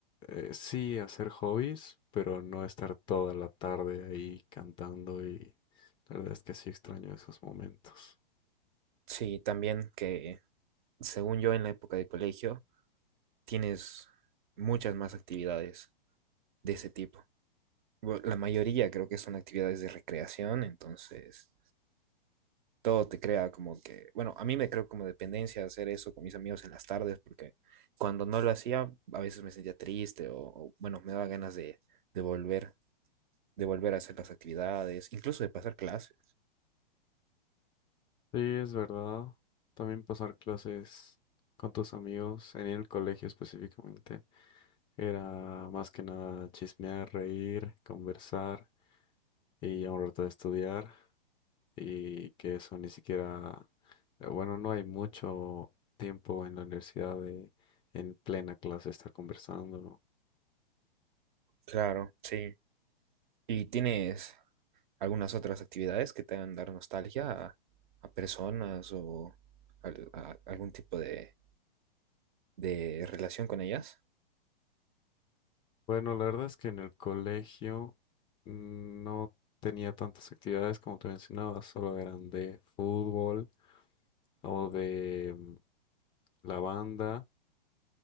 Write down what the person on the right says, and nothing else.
Sí, también que según yo en la época de colegio tienes muchas más actividades de ese tipo. Bu- La mayoría creo que son actividades de recreación, entonces todo te crea como que, bueno, a mí me creo como dependencia hacer eso con mis amigos en las tardes, porque cuando no lo hacía a veces me sentía triste o, o, bueno, me daba ganas de, de volver, de volver a hacer las actividades, incluso de pasar clases.
Claro, sí. Y tienes algunas otras actividades que te hagan dar nostalgia a, a personas o al- a algún tipo de, de relación con ellas.